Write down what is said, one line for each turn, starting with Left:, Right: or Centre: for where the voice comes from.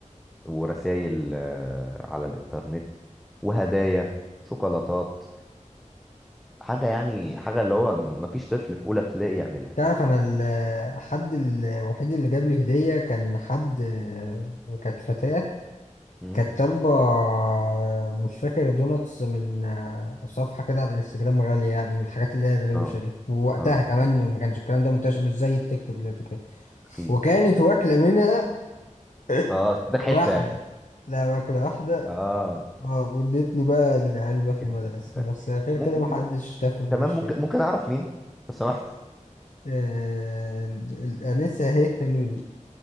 Centre: ورسائل على الانترنت وهدايا شوكولاتات حاجه يعني حاجه اللي هو مفيش طفل في اولى ابتدائي يعملها
Left: تعرف انا ال- الحد الوحيد اللي جاب لي هدية كان حد آه، كانت فتاة
Centre: مم.
Left: كانت طالبة آه، مش فاكر دوناتس من آه، صفحة كده على الانستجرام غالية يعني من الحاجات اللي هي الروشة
Centre: اه
Left: دي ووقتها
Centre: اه
Left: كمان
Centre: اه
Left: ما كانش الكلام ده منتشر مش زي التيك توك دلوقتي وكده.
Centre: اكيد
Left: وكانت
Centre: اكيد
Left: واكلة منها ايه
Centre: اه ده حته
Left: واحدة
Centre: يعني
Left: لا ماكلة واحدة
Centre: اه
Left: اه وادتني بقى العلبة في
Centre: جت
Left: المدرسة
Centre: كده تاني
Left: بس غير
Centre: م...
Left: كده محدش
Centre: م...
Left: تف في وشي
Centre: تمام ممكن ممكن اعرف مين لو سمحت <laughs>
Left: آه ال- الأنسة اهي هنود